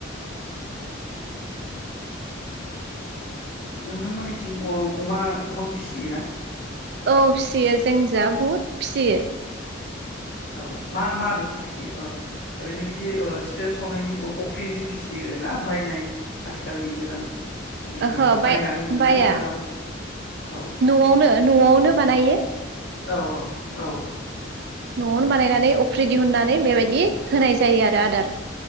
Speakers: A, on the left (about 65°); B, on the right (about 55°).
A: नोंथांमोननिथिं अमा गोबां फिसियो ना।
B: औ फियो जोंनिथिंजाय बुहुद फिसियो।
A: औ मा मा आदबजों फिसियो ओरैनो बिदि सेरेप सावनायनि अफ्रिजों फिसियो ना बायनाय आथिखालनि गोदान। बे
B: ओहो
A: बायनानै
B: बाया
A: मोननाय
B: बाया
A: दानाफोरजों औ
B: नआवनो नआवनो बानायो।
A: औ औ औ।
B: नआवनो बानायनानै अफ्रि दिहुननानै बेबायदि होनाय जायो आरो आदार।